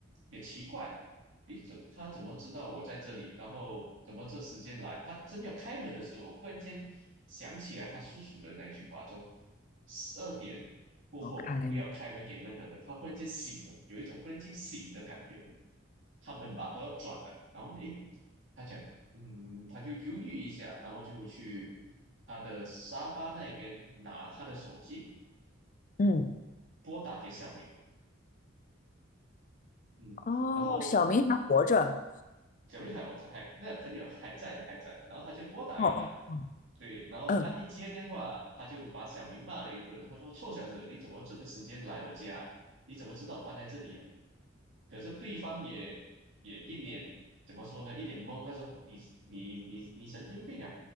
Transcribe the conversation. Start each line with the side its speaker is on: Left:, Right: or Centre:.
Right: 也奇怪，诶，怎他怎么知道我在这里？然后怎么这时间来？他真要开门的时候，忽然间想起来他叔叔的那句话，说十二点过后不要开门给任何人。
Left: 好开嘛，
Right: 他忽然间醒了，有一种忽然间醒的感觉。他门把都要转了，然后诶，他讲，嗯，他就犹豫一下，然后就去他的沙发那边拿他的手机
Left: 嗯
Right: 拨打给小明，嗯，
Left: 哦，
Right: 然后
Left: 小明还活着，
Right: 小明还我这还那朋友还在的还在，然后他就拨打给他，
Left: 哦哦，
Right: 对，然后他一接电话，
Left: 嗯
Right: 他就把小明骂了一顿，他说臭小子，你怎么这个时间来我家？你怎么知道我搬来这里啊？可是对方也也一脸怎么说呢？一脸懵，他说：“你你你你神经病啊！